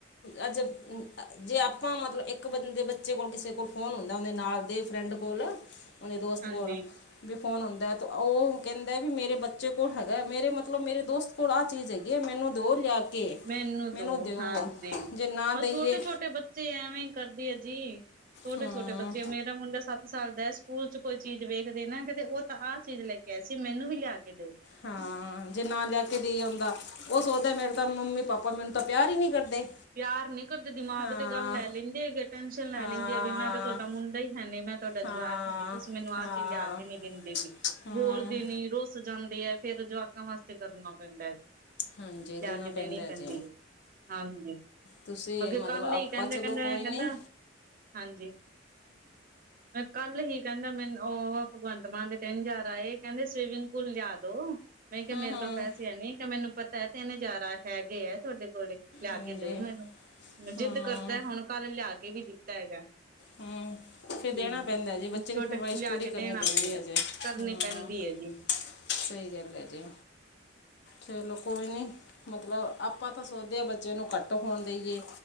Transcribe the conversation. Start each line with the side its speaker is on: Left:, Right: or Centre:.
Left: ਅੱਜ ਜੇ ਆਪਾਂ ਮਤਲਬ, ਇੱਕ ਬੰਦੇ ਬੱਚੇ ਕੋਲ ਕਿਸੇ ਕੋਲ ਫ਼ੋਨ ਹੁੰਦਾ -ਹੁੰਦੇ ਨਾਲ ਦੇ ਫ੍ਰੈਂਡ ਕੋਲ, ਆਪਣੇ ਦੋਸਤ
Right: ਹਾਂਜੀ
Left: ਕੋਲ ਵੀ ਫੋਨ ਹੁੰਦਾ ਦਾ ਤਾਂ ਉਹ ਕਹਿੰਦਾ ਵੀ, ਮੇਰੇ ਬੱਚੇ ਕੋਲ ਹੈਗਾ, ਮਰੇ ਮਤਲਬ ਮਰੇ ਦੋਸਤ ਭਲਾ ਚੀਜ਼ ਹੈਗੀ, ਆ ਮੈਨੂੰ ਦੋ ਲਿਆ ਕੇ
Right: ਮੈਨੂੰ ਦੋ
Left: ਦਿਓ
Right: ਹਾਂਜੀ,
Left: ਜੇ ਨਾ
Right: ਆ
Left: ਦਈਏ
Right: ਛੋਟੇ- ਛੋਟੇ ਬੱਚੇ ਬੱਚੇ ਐਵੇਂ ਹੀ ਕਰਦੇ ਹੈ ਜੀ, ਛੋਟੇ,
Left: ਹੂੰ
Right: -ਛੋਟੇ ਬੱਚੇ ਮੇਰਾ ਮੁੰਡਾ ਸਤ ਸਾਡੇ ਸਕੂਲ ਚ, ਕੋਈ ਚੀਜ਼ ਵੇਖਦੇ ਨਾ ਕਦੇ ਉਹ ਤਾਂ ਆਹ ਚੀਜ਼ ਲੈ ਕੇ ਆਏ ਸੀ। ਮੈਨੂੰ ਵੀ ਲਿਆ ਕੇ ਦਿਓ
Left: ਹਾਂ-ਹਾਂ ਜਿੰਨਾ ਹੈਚ ਡੀ ਆਉਂਦਾ ਉਹ ਸੋਚਦਾ, ਮੇਰੇ ਤਾਂ ਮੰਮੀ -ਪਾਪਾ ਮੈਨੂੰ ਤਾਂ ਪਿਆਰ ਹੀ ਨਹੀਂੀ ਕਰਦੇ
Right: ਪਿਆਰ ਨਹੀਂ ਕਰਦੇ, ਦਿਮਾਗ
Left: ਹਾਂ
Right: ਤੇ ਗੱਲ ਲੈ ਲੈਂਦੇ ਹੈਗੇ ਟੈਸ਼ਨ ਲੈ
Left: ਹਾਂ
Right: ਲੈਂਦੇ ਆ, ਵੀ ਮੈਂ ਤਾਂ ਤੁਹਾਡਾ ਮੁੰਡਾ ਹੈ ਨਹੀਂ ਮੈਂ ਤੁਹਾਡਾ
Left: ਹਾਂ
Right: ਜਵਾਕ ਹੈਣੀ, ਤੁਸੀਂ ਮੈਨੂੰ ਆਹ
Left: ਹਾਂ
Right: ਚੀਜ਼ ਲਿਆ ਕੇ ਨਹੀਂ ਦਿੰਦੇ ਬਈ,
Left: ਹਮ
Right: ਬੋਲਦੇ ਨ ਰੋਸ ਸਉਜਾਂਦੀ ਹੈ ਫੇਰ ਜਵਾਕਾਂ ਵਾਸਤੇ ਕਰਨਾ ਪੈਂਦਾ ਲਿਆ
Left: ਹਾਂਜੀ ਦੇਣਾ
Right: ਕੇ,
Left: ਪੈਂਦਾ
Right: ਦੇਣੀ ਪੈਂਦੀ
Left: ਜੇ
Right: ਹੈ ਹਾਂਜੀ
Left: ਤੁਸੀਂ
Right: ਮਗਰ
Left: ਮਤਲਬ
Right: ਕੱਲ
Left: ਆਪਾਂ
Right: ਹੀ ਕਹਿੰਦਾ-
Left: ਚਲੋ
Right: ਕਹਿੰਦਾ
Left: ਕੋਈ
Right: ਕਹਿੰਦਾ,
Left: ਨਹੀਂ
Right: ਹਾਂਜੀ ਮੈਂ ਕੱਲ ਹੀ, ਕਹਿੰਦਾ ਮੈਨੂੰ ਉਹ ਭਗਵੰਤ ਮਾਨ ਦੇ ਤਿੰਨ ਹਜ਼ਾਰ ਆਏ, ਕਹਿੰਦੇ ਸਵੀਮਿੰਗ ਪੂਲ ਲਿਆਦੋ ਮੈਂ ਕਿਹਾ,
Left: ਹੂੰ
Right: ਮੇਰੇ
Left: ਹੂੰ
Right: ਕੋਲ ਪੈਸੇ ਆ ਨਹੀਂ, ਕ ਮੈਨੂੰ ਪਤਾ ਤਿੰਨ ਹਜ਼ਾਰ ਹੈਗੇ ਤੁਹਾਡੇ ਕੋਲ
Left: ਹਾਂਜੀ
Right: ਕੇਦਾ ਦਊ ਮੈਨੂੰ, ਜਿੱਦ
Left: ਹੂੰ
Right: ਕਰਦਾ ਹੁਣ ਕੱਲ ਲਿਆ ਕੇ ਵੀ, ਦਿੱਤਾ ਹੈਗਾ
Left: ਹੂੰ ਫਿਰ ਦੇਣਾ
Right: ਹਮ,
Left: ਪੈਂਦਾ ਜੀ ਬੱਚੇ
Right: ਛੋਟੇ
Left: ਦੀ ਫਰਮਾਇਸ਼
Right: ਲਿਆ
Left: ਪੂਰੀ
Right: ਕੇ
Left: ਕਰਨੀ
Right: ਦੇਣਾ
Left: ਪੈਂਦੀ
Right: ਪੈਂਦਾ,
Left: ਹੈ ਜੇ
Right: ਕਰਨੀ
Left: ਹੂੰ
Right: ਪੈਂਦੀ ਪੀ ਏ ਜੀ
Left: ਸਹੀ ਗੱਲ ਹੈ ਜੀ, ਚਲੋ ਕੋਈ ਨਹੀਂ ਮਤਲਬ, ਆਪਾਂ ਤਾਂ ਸੋਚਦੇ ਬੱਚੇ ਨੂੰ ਘੱਟ ਫ਼ੋਨ ਦੇਈਏ